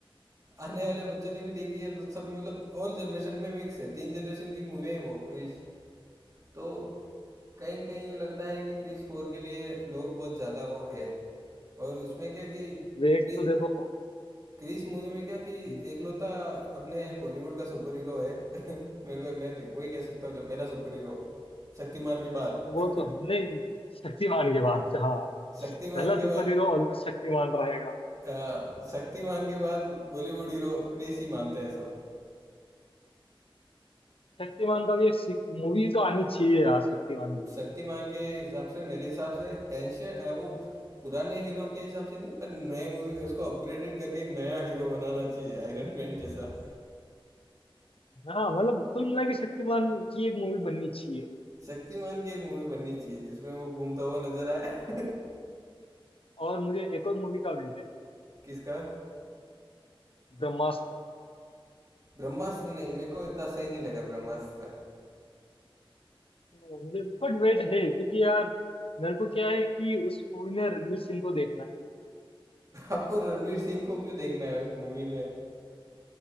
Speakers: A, on the right; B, on the left.
A: आने वाले बच्चों ने भी देखी है सब ने मतलब ऑल जनरेशन में मिक्स है तीन जनरेशन की मूवी है वो क्रिस तो कहीं न कहीं यूँ लगता है कि क्रिस फोर के लिए लोग बहुत ज़्यादा वो है और उसमें क्या कि
B: वेट
A: क्रि-
B: तो देखो
A: क्रिस मूवी में क्या कि
B: हम्म,
A: एकलौता अपने बॉलीवुड का सुपर हीरो है <laughs> मेरे को मैं तो वही कह सकता हूँ जो पहला सुपर हीरो शक्तिमान के बाद
B: वो तो है
A: <laughs>
B: नहीं शक्तिमान के बाद हाँ
A: शक्तिमान
B: पहला सुपर
A: के बाद
B: हीरो ऑलमोस्ट शक्तिमान रहेगा
A: अ, शक्तिमान के बाद बॉलीवुड हीरो क्रिस ही मानते हैं सब
B: शक्तिमान का भी एक मूवी तो आनी चाहिए यार शक्तिमान मूवी
A: शक्तिमान के हिसाब से मेरे हिसाब से एंशियन वो पुराने हीरो के हिसाब से नहीं पर नए मूवी उसको अपग्रेडेड करके एक नया हीरो बनाना चाहिए आयरन मैन जैसा
B: हाँ मतलब कुल मिला के शक्तिमान की एक मूवी बननी चाहिए
A: शक्तिमान की एक मूवी बननी चाहिए जिसमें वो घूमता हुआ नजर आए <laughs>
B: और मुझे एक और मूवी का वेट है
A: किसका
B: ब्रह्मास्त्र
A: ब्रह्मास्त्र नहीं मेरे को इतना सही नहीं लगा ब्रह्मास्त्र का
B: हाँ, मुझे बट वेट है क्योंकि यार मेरे को क्या है कि उस मूवी में रणवीर सिंह को देखना है
A: आपको रणवीर सिंह को क्यों देखना है उस मूवी में